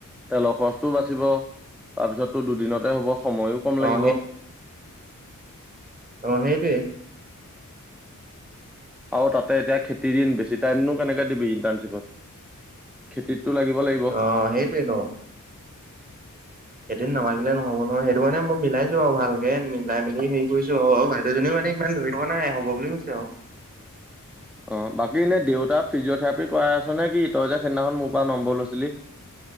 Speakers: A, in the centre; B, on the right (about 25°).
A: তেলৰ খৰচটোও বাচিব। তাৰপিছততো দুদিনতে হব, সময়ো কম
B: অ
A: লাগিব।
B: সেই অঁ' সেইটোৱেই।
A: আও তাতে এতিয়া খেতি দিন বেছি টাইমনো কেনেকে দিবি ইণ্টাৰণশ্বিপত। খেতিতটো লাগিব লাগিব।
B: অঁ' সেইটোৱে ন। এদিন নামাগিলে নহ'ব নহয়, সেইটো মানে মই মিলাইছো আৰু ভালকে মিলাই মিলি হেৰি কৰিছো আও। দুজনীও মানে ইমান ধৰি থকা নাই হ'ব বুলি কৈছে আও।
A: অঁ' বাকী এনে দেউতা ফিজিঅথেৰাপি কৰাই আছ নে কি তই যে সেইদিনাখন মোৰ পৰা নম্বৰ লৈছিলি।